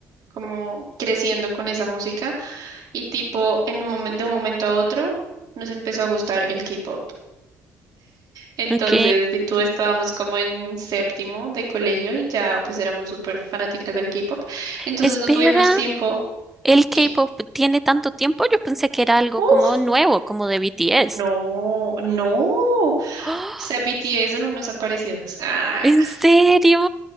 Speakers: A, on the right; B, in the centre.
A: como creciendo con esa música y tipo en un momen- de un momento a otro nos empezó a gustar el K-pop. Entonces,
B: ok.
A: y tú estábamos como en séptimo de colegio y ya pues éramos súper fanáticas del K-pop. Entonces
B: Espera,
A: no tuvimos tiempo.
B: el K-pop
A: ¿Qué?
B: tiene tanto tiempo. Yo pensé que era algo
A: ¡Uh!
B: como nuevo, como de BTS.
A: No, no. O
B: ¡Ah!
A: sea, B T BTS son unos aparecidos. Ah,
B: <gasps> ¿En serio?